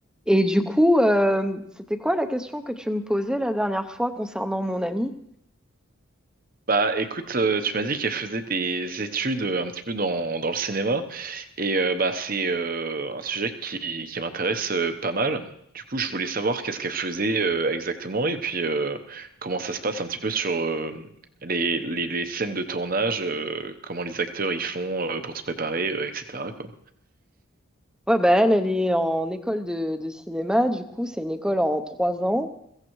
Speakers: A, in the centre; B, on the right.
A: Et du coup, euh, c'était quoi la question que tu me posais la dernière fois concernant mon amie?
B: Bah écoute, euh, tu m'as dit qu'elle faisait des études euh, un petit peu dans, dans le cinéma et euh, bah c'est euh, un sujet qui, qui m'intéresse euh, pas mal. Du coup, je voulais savoir qu'est-ce qu'elle faisait euh, exactement et puis euh, comment ça se passe un petit peu sur euh, les, les, les scènes de tournage, euh, comment les acteurs y font euh, pour se préparer, euh, etc. quoi.
A: Ouais, bah elle, elle est en école de, de cinéma. Du coup, c'est une école en trois ans.